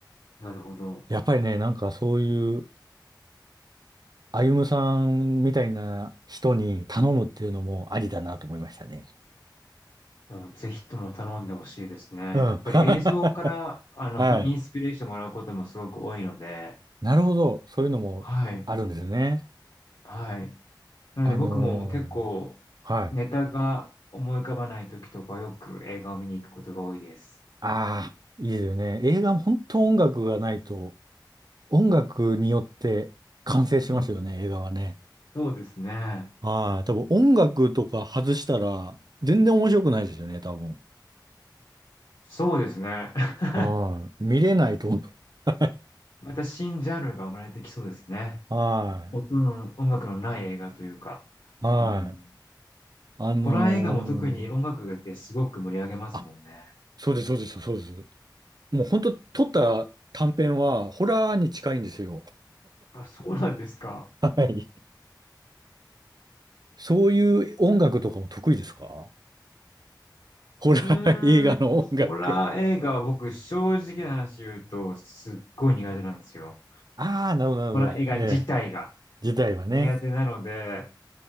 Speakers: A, on the left (about 70°); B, on the right (about 60°).
A: なるほど。
B: やっぱりね、なんかそういう、歩夢さんみたいな人に頼むっていうのもありだなと思いましたね。
A: もうぜひとも頼んでほしいですね。
B: うん。
A: やっぱり映像から、
B: <laughs> は
A: あの、
B: い。
A: <laughs> インスピレーションもらうこともすごく多いので、
B: <laughs> なるほど。そういうのもあるんですね。
A: はい。はい。なので僕も結構、
B: あのーはい。
A: ネタが思い浮かばない時とかよく映画を見に行くことが多いです。
B: ああ、いいですよね。映画も本当音楽がないと、音楽によって完成しますよね、
A: うん。
B: 映画はね。
A: そうですね。
B: はい。多分音楽とか外したら、全然面白くないですよね、多分。
A: そうですね。<laughs>
B: はい。見れないと思う。<laughs>
A: また新ジャンルが生まれてきそうですね。
B: はい。
A: 音の音楽のない映画というか。
B: はい。
A: うん。
B: あのー
A: ホラー映画も特に音楽ってすごく盛り上げますもんね。
B: あ、そうです、そうです、そうです。もう本当撮った短編は、ホラーに近いんですよ。
A: あ、そうなんですか。
B: はい。そういう音楽とかも得意ですかホラー映画の音楽。
A: うーん、ホラー映画は僕正直な話言うとすっごい苦手なんですよ。
B: ああ、なるほど、なるほど。
A: ホラー映画自体が
B: ええ、時代はね。
A: 苦手なので、